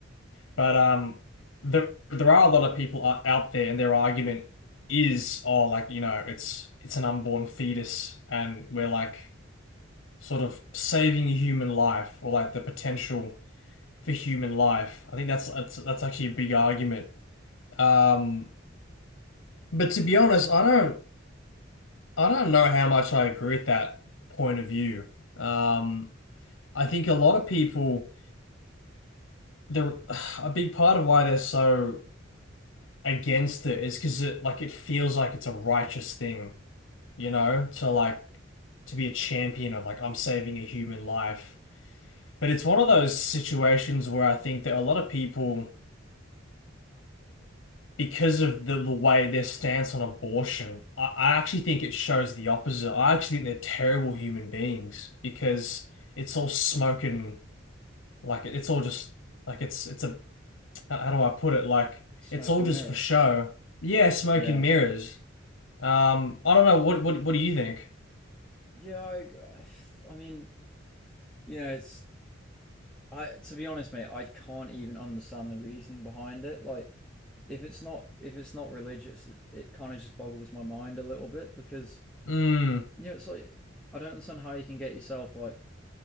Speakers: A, on the left (about 75°); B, in the centre.
A: But um, there there are a lot of people o- out there, and their argument is, oh, like you know, it's it's an unborn fetus, and we're like sort of saving a human life, or like the potential for human life. I think that's that's that's actually a big argument. Um, but to be honest, I don't. I don't know how much I agree with that point of view. Um, I think a lot of people, the <sighs> a big part of why they're so against it is because it like it feels like it's a righteous thing, you know, to like to be a champion of like I'm saving a human life. But it's one of those situations where I think that a lot of people. because of the, the way their stance on abortion, I, I actually think it shows the opposite. I actually think they're terrible human beings because it's all smoke and like it's all just like it's it's a how how do I put it? Like
B: Smoke
A: it's all
B: and
A: just
B: mirrors.
A: for show. Yeah, smoke
B: Yeah.
A: and mirrors. Um, I don't know. What what what do you think?
B: Yeah, I, I I mean, you know, it's I to be honest, mate, I can't even understand the reasoning behind it. Like if it's not if it's not religious, it, it kind of just boggles my mind a little bit because
A: Mm,
B: you know, it's like I don't understand how you can get yourself like